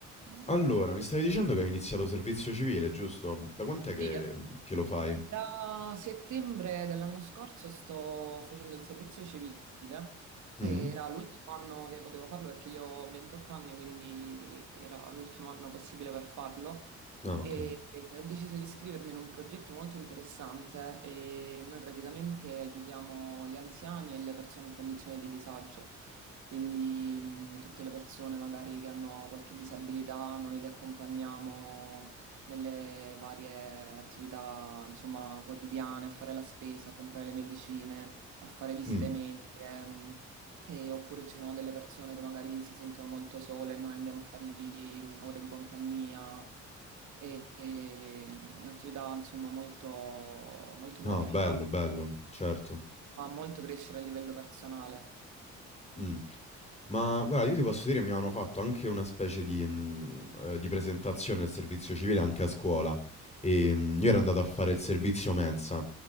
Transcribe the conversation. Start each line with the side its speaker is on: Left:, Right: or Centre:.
Right: Mm.
Left: Allora, mi stavi dicendo che hai iniziato servizio civile, giusto? Da quant'è che,
Right: Sì, eh,
Left: che lo
Right: da
Left: fai?
Right: settembre dell'anno scorso sto facendo il servizio civile.
Left: Mm?
Right: Era l'ultimo anno che potevo farlo perché io ho 28 anni, quindi era l'ultimo anno possibile per farlo.
Left: Ah,
Right: E,
Left: ok.
Right: e ho deciso di iscrivermi in un progetto molto interessante e noi praticamente aiutiamo gli anziani e le persone in condizioni di disagio, quindi mh, tutte le persone magari che hanno qualche disabilità, noi le accompagniamo nelle varie attività, insomma, quotidiane, a fare la spesa, a comprare le medicine, a fare visite
Left: Mm.
Right: mediche. mh. E- oppure ci sono delle persone che magari si sentono molto sole e noi andiamo a fargli mm, ore di compagnia. E, e un'attività insomma molto, molto
Left: No,
Right: gratificante,
Left: bello, bello, certo.
Right: fa molto crescere a livello personale.
Left: Mm. Ma guarda, io ti posso dire, mi hanno fatto anche una specie di, mm, eh, di presentazione del servizio civile anche a scuola. E, mm, io ero andato a fare il servizio mensa.